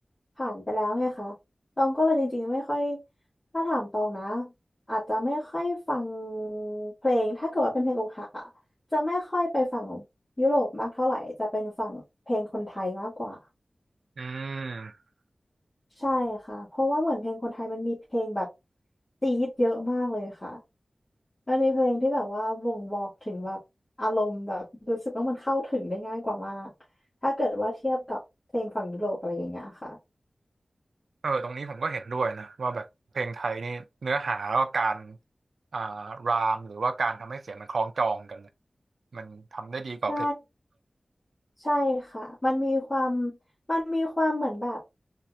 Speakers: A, on the left; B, on the right.
A: ผ่านไปแล้วไงคะตองก็เลยจริงๆไม่ค่อยถ้าถามตองนะอาจจะไม่ค่อยฟังเพลงถ้าเกิดว่าเป็นเพลงอกหักอะจะไม่ค่อยไปฝั่งยุโรปมากเท่าไหร่จะเป็นฝั่งเพลงคนไทยมากกว่า
B: อืม
A: ใช่ค่ะเพราะว่าเหมือนเพลงคนไทยมันมีเพลงแบบจี๊ดเยอะมากเลยค่ะ มันมีเพลงที่แบบว่าบ่งบอกถึงแบบอารมณ์แบบรู้สึกว่ามันเข้าถึงได้ง่ายกว่ามากถ้าเกิดว่าเทียบกับเพลงฝั่งยุโรปอะไรอย่างเงี้ยค่ะ
B: เออตรงนี้ผมก็เห็นด้วยนะว่าแบบเพลงไทยนี่เนื้อหาแล้วก็การอ่ารามหรือว่าการทำให้เสียงมันคล้องจองกันเนี่ยมันทำได้ดีกว่าเพลง
A: ใช่ใช่ค่ะมันมีความมันมีความเหมือนแบบ